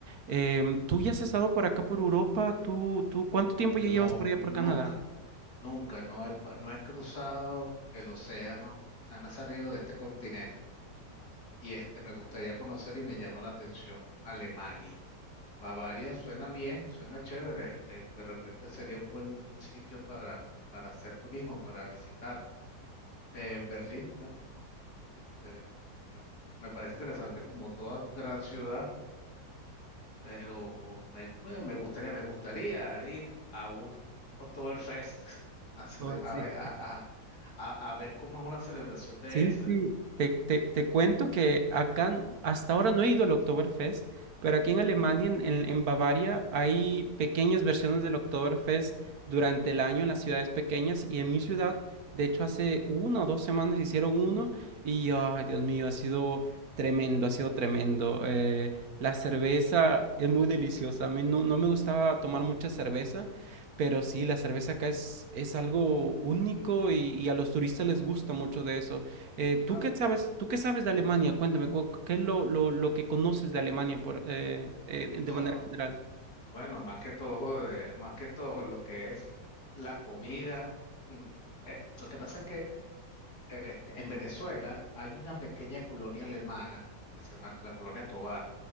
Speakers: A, on the right; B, on the left.
A: Em, tú ya has estado por acá, por Europa, tú, tú, ¿cuánto tiempo
B: No,
A: ya llevas por allá, por
B: nunca,
A: Canadá?
B: nunca, no he, pa- no he cruzado el océano, o sea, no he salido de este continente. Y este me gustaría conocer y me llama la atención Alemania. Bavaria suena bien, suena chévere, este, de repente sería un buen sitio para, para hacer turismo, para visitar. Eh, Berlín, bueno, eh, me me parece interesante como toda gran ciudad pero me, bueno, me gustaría, me gustaría ir a un Oktoberfest <laughs> a, cele-
A: Oh,
B: a
A: sí.
B: ver, a, a- a- a ver cómo es una celebración de
A: Sí,
B: esa.
A: sí. Te, te, te cuento que acá hasta ahora no he ido al Oktoberfest, pero aquí en Alemania, en, en, en Bavaria, hay pequeñas versiones del Oktoberfest durante el año en las ciudades pequeñas y en mi ciudad, de hecho, hace una o dos semanas hicieron uno y, ay, Dios mío, ha sido tremendo, ha sido tremendo. Eh, la cerveza es muy deliciosa. A mí no, no me gustaba tomar mucha cerveza. Pero sí, la cerveza acá es, es algo único y y a los turistas les gusta mucho de eso. Eh, ¿tú
B: Ahora,
A: qué sabes, tú qué sabes de Alemania? Cuéntame, cu- ¿qué es lo, lo, lo que conoces de Alemania por, eh, eh, de
B: wow,
A: manera general?
B: bueno, más que todo, eh, más que todo lo que es la comida. mm, eh, lo que pasa es que este, en Venezuela hay una pequeña colonia alemana que se llama la colonia Tovar.